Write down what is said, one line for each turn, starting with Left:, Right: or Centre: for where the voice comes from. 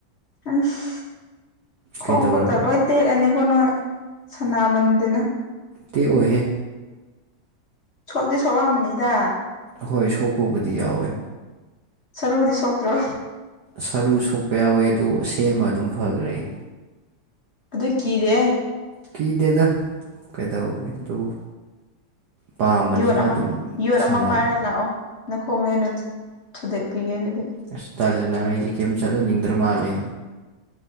Left: ꯑꯩꯁ ꯈꯣꯡ
Right: ꯀꯩꯗꯧꯔꯒꯦ
Left: ꯈꯨꯛꯒ ꯂꯣꯏ ꯇꯦꯛꯑꯅꯤꯀꯣ ꯅꯣꯏ ꯁꯅꯥꯃꯟꯗꯅ
Right: ꯇꯦꯛ ꯑꯣꯏꯍꯦ
Left: ꯁꯣꯛꯗꯤ ꯁꯣꯛ ꯂꯝꯅꯤꯗ
Right: ꯍꯣꯏ ꯁꯣꯛꯄꯕꯨꯗꯤ ꯌꯥꯎꯋꯤ
Left: ꯁꯔꯨꯗꯤ ꯁꯣꯛꯇ꯭ꯔꯣ
Right: ꯁꯔꯨ ꯁꯣꯛꯄ ꯌꯥꯎꯋꯤ ꯑꯗꯨ ꯁꯦꯝꯃ ꯑꯗꯨꯝ ꯐꯈ꯭ꯔꯦ ꯑꯩ
Left: ꯑꯗꯨ ꯀꯤꯗꯦꯌꯦ
Right: ꯀꯤꯗꯦꯗ ꯀꯩꯗꯧꯒꯦ ꯑꯗꯨꯕꯨ ꯄꯥꯝꯕꯅꯤꯅ
Left: ꯌꯣꯠ ꯑꯃ
Right: ꯑꯗꯨꯝ
Left: ꯌꯣꯠ
Right: ꯁꯥꯟꯅꯔꯦ
Left: ꯑꯃ ꯄꯥꯏꯔ ꯂꯥꯛꯑꯣ ꯅꯈꯣꯡꯗꯣ ꯊꯨꯗꯦꯠꯄꯤꯒꯦ ꯑꯗꯨꯗꯤ
Right: ꯑꯁ ꯇꯜꯂꯦꯅꯪ ꯑꯩꯁꯦ ꯀꯦꯝ ꯆꯠꯍꯟꯅꯤꯡꯗ꯭ꯔ ꯃꯥꯜꯂꯦ